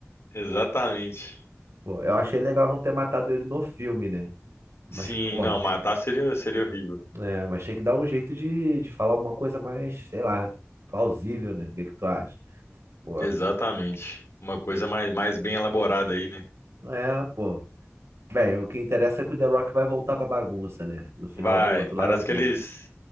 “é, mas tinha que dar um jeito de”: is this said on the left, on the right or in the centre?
Right